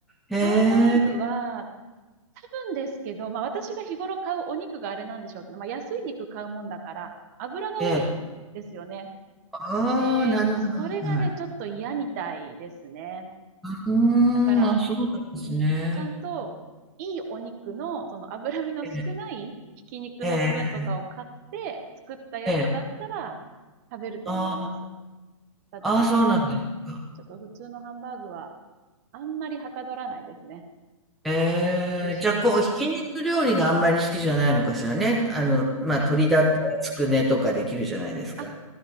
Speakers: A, in the centre; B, on the right.
A: へえ。
B: ハンバーグは、多分ですけど、まあ私が日頃買うお肉があれなんでしょうけど、まあ安い肉買うもんだから、油が多いですよね。
A: ええ。ああ、
B: で、
A: なるほど、
B: それがね、
A: はい。
B: ちょっと嫌みたいですね。
A: うーん、
B: だだから、
A: あ、そうなんですね。
B: うん、ちゃんと、いいお肉の、その脂身の少ないひき肉の部分とかを買って作ったやつだったら
A: ええ。ええええ。ええ。
B: 食べると思います。
A: あ
B: ただ、
A: あ、ああ、そうなんですか。
B: ちょっと普通のハンバーグはあんまりはかどらないですね。
A: ええ、
B: 美味しいのに。
A: じゃ、あこう、ひき肉料理があんまり好きじゃないのかしらね。あの、まあ、
B: あ、
A: 鶏だったらつくねとかできるじゃないですか。
B: あ、